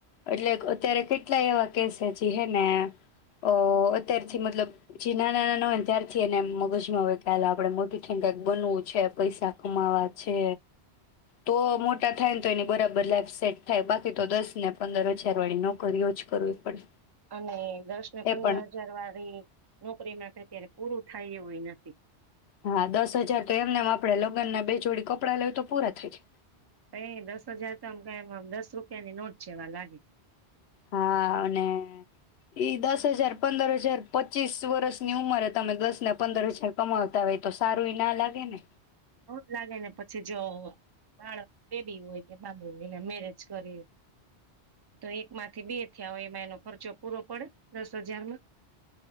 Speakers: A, on the left (about 70°); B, on the right (about 30°).
A: એટલે અત્યારે કેટલા એવા કેસે જે હેને અહ અત્યારથી મતલબ જે નાના નાના હોય ને ત્યારથી એને મગજમાં હોય કે હાલ આપડે મોટી ઠને કઈક બનવું છે, પૈસા કમાવા છે, તો મોટા થાય ને તો એની બરાબર લાઈફ સેટ થાય, બાકી તો દસ ને પંદર હજાર વાળી નોકરીઓ જ કરવી પડે.
B: અને દસ ને પંદર
A: એ પણ
B: હજાર વાળી નોકરીમાં <unintelligible> ત્યારે પૂરું થાય એવુંએ નથી.
A: હા, દસ હજાર તો એમનેમ આપણેે લગ્નને બે જોડી કપડાં લેવો, તો પૂરા થઈ જાય.
B: એ દસ હજાર તો આમ કંઈ દસ રૂપિયાની નોટ જેવા લાગે.
A: હા અને ઈ દસ હજાર, પંદર હજાર, પચીસ વર્ષની ઉંમરે તમે દસ ને પંદર હજાર કમાવતા હોય, તો સારુંઈ ના લાગે ને?
B: નોજ લાગે ને, પછી જો બાળક બેબી હોય કે બાબુને મેરેજ કરી, તો એકમાંથી બે થયા હોય એમાં એનો ખર્ચો પૂરો પડે, દસ હજારમાં